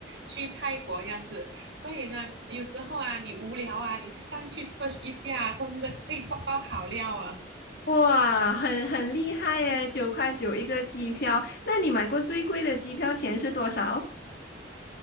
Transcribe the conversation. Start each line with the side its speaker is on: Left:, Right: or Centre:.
Right: 去泰国这样子。所以呢，有时候啊，你无聊啊，你上去 s 一下，真的可以找到好料啊。
Left: 哇，很很厉害耶，九块九一个机票。那你买过最贵的机票钱是多少？